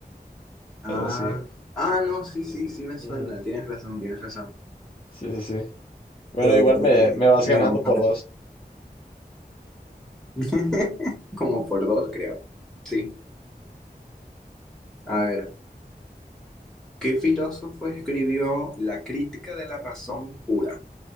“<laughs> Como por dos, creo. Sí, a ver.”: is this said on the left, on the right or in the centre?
Centre